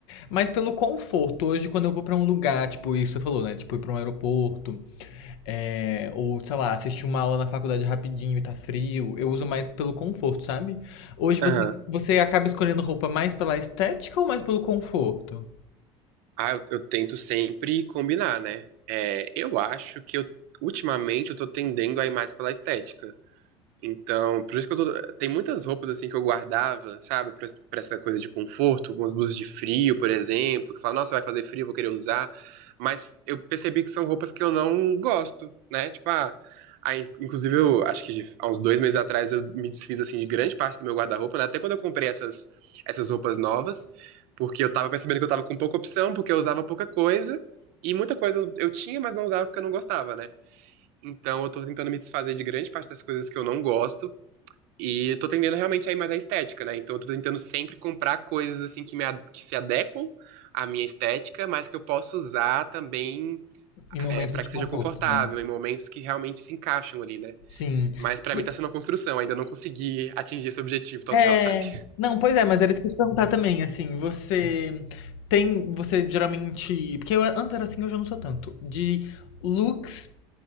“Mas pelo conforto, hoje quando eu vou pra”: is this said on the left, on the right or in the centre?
Left